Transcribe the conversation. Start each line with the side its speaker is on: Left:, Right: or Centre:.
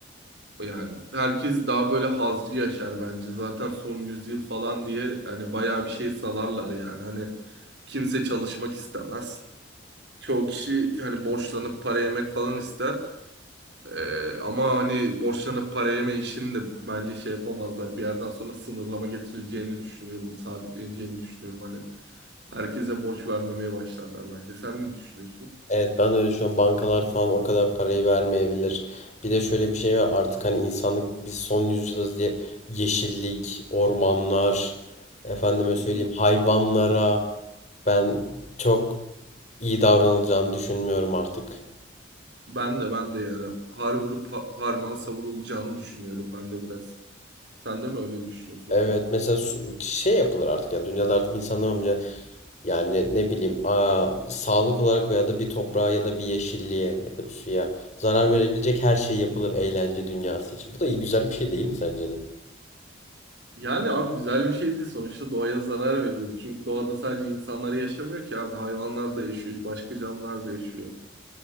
Right: Yani herkes daha böyle hazcı yaşar bence. Zaten son yüzyıl falan diye hani bayağı bir şey salarlar yani. Hani kimse çalışmak istemez. Çoğu kişi hani borçlanıp para yemek falan ister. Ee, ama hani borçlanıp para yeme işini de bence şey yapamazlar. Bir yerden sonra sınırlama getireceğini düşünüyorum. Sabitleneceğini düşünüyorum. Hani herkese borç vermemeye başlarlar bence. Sen ne düşünüyorsun?
Left: Evet ben de öyle düşünüyorum. Bankalar falan o kadar parayı vermeyebilir. Bir de şöyle bir şey var artık hani insanlık biz son yüzyılız diye yeşillik, ormanlar, efendime
Right: Hı
Left: söyleyeyim
Right: hı.
Left: hayvanlara ben çok iyi davranılacağını düşünmüyorum artık.
Right: Ben de ben de yani har vurup ha- harman savurulacağını düşünüyorum ben de biraz. Sen de mi öyle düşünüyorsun
Left: Evet
Right: o konuda?
Left: mesela su- şey yapılır artık yani dünyada artık insanlar önce yani ne bileyim aa, sağlık olarak veya da bir toprağa ya da bir yeşilliğe ya da bir suya zarar
Right: Hı hı.
Left: verebilecek her şey yapılır eğlence dünyası için. Bu da iyi güzel bir şey değil mi sence de?
Right: Yani abi güzel bir şey değil sonuçta doğaya zarar veriyoruz. Çünkü doğada sadece insanlar yaşamıyor ki abi hayvanlar da yaşıyor, başka canlılar da yaşıyor.